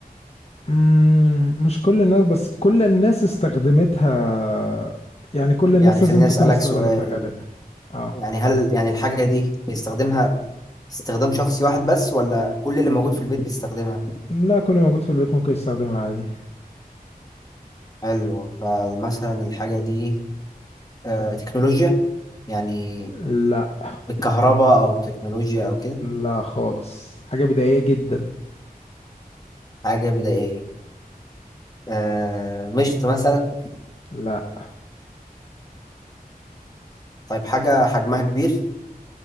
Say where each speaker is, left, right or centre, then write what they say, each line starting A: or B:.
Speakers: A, on the left; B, on the left.
A: مم، مش كل الناس بس كل الناس استخدمتها يعني كل الناس
B: يعني
A: لازم
B: خليني
A: تكون
B: أسألك
A: استخدمتها
B: سؤال
A: غالبا اه
B: يعني هل يعني الحاجة دي بيستخدمها استخدام شخصي واحد بس ولا كل اللي موجود في البيت بيستخدمها
A: لا كل موجود في البيت ممكن يستخدمها عادي
B: حلو فمثلا الحاجة دي آه تكنولوجيا يعني
A: لا
B: بالكهرباء أو التكنولوجيا أو كده
A: لا خالص حاجة بدائية جدا
B: حاجة بدائية آه مشط مثلا
A: لا
B: طيب حاجة حجمها كبير